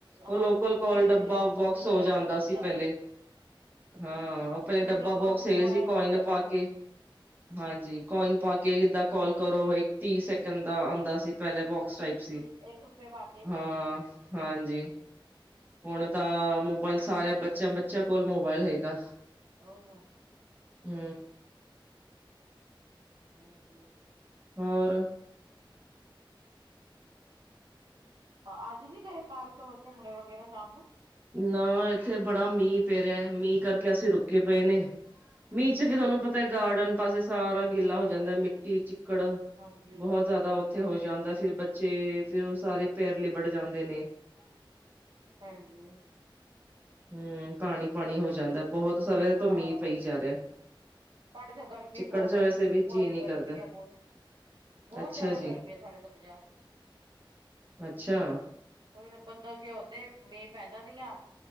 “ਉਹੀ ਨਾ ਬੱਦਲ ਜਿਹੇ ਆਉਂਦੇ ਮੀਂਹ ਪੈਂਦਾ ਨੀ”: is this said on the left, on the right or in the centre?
Right